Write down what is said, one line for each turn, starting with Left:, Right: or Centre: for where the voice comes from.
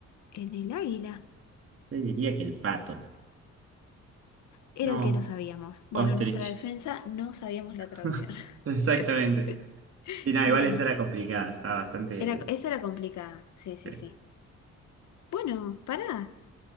Left: en el águila.
Right: Yo diría que el pato.
Left: Era
Right: No,
Left: el que no sabíamos. Bueno,
Right: ostrich.
Left: en nuestra defensa no sabíamos la
Right: <laughs>
Left: traducción. <laughs>
Right: Exactamente. Sí, no,
Left: Bien.
Right: igual esa era complicada. Estaba bastante.
Left: Era, esa era complicada. Sí, sí,
Right: eh,
Left: sí. Bueno, pará.